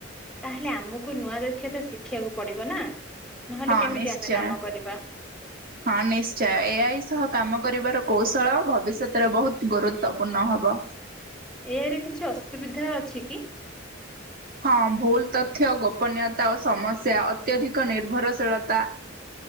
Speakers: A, in the centre; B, on the right.
A: ତାହେଲେ ଆମକୁ ନୂଆ ଦକ୍ଷତା ଶିଖିବାକୁ ପଡିବ ନା। ନହେଲେ
B: ହଁ
A: କେମିତି
B: ନିଶ୍ଚୟ
A: ଆମେ କାମ କରିବା?
B: ହଁ ନିଶ୍ଚୟ ଏ ଆଇ ସହ କାମ କରିବାର କୌଶଳ ଭବିଷ୍ୟତରେ ବହୁତ ଗୁରୁତ୍ୱପୂର୍ଣ୍ଣ ହବ।
A: ଏ ଆଇରେ କିଛି ଅସୁବିଧା ଅଛି କି?
B: ହଁ ଭୁଲ ତଥ୍ୟ ଗୋପନୀୟତା ଓ ସମସ୍ୟା ଅତ୍ୟଧିକ ନିର୍ଭରଶୀଳତା